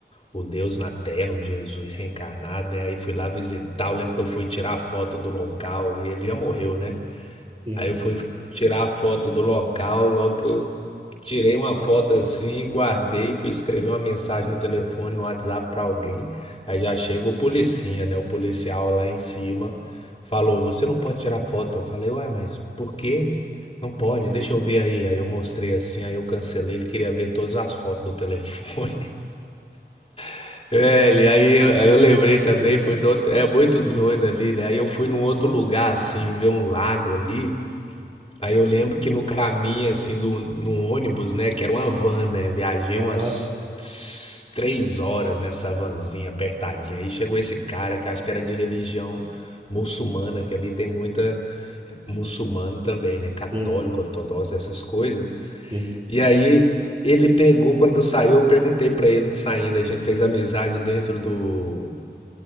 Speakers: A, on the left; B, on the right.
A: o Deus na Terra, o Jesus reencarnado, né? Aí fui lá visitar, eu lembro que eu fui tirar a foto do local e ele já morreu,
B: sim,
A: né?
B: sim.
A: Aí eu fui tirar a foto do local, logo que eu tirei uma foto assim, guardei, fui escrever uma mensagem no telefone, no WhatsApp pra alguém. Aí já chega o policinha, né? O policial lá em cima falou: "Você não pode tirar foto". Eu falei: "Ué, mas por quê? Não pode, deixa eu ver aí". Aí eu mostrei assim, aí eu cancelei, ele queria ver todas as fotos do telefone. <laughs> Velho, aí, aí eu lembrei
B: Proibido,
A: também, fui
B: é.
A: no outro- é muito doido ali, né? Aí eu fui num outro lugar, assim, ver um lago ali. Aí eu lembro que no caminho, assim, do, no ônibus, né, que era uma van, né, viajei umas
B: Aham,
A: tss- três horas nessa vanzinha apertadinha. Aí chegou esse cara que acho que era de religião muçulmana, que ali tem muita eh, muçulmano também, né, católico,
B: sim,
A: ortodoxo, essas coisas.
B: sim,
A: E aí ele pegou, quando eu saiu, eu perguntei pra ele saindo, a gente fez amizade dentro do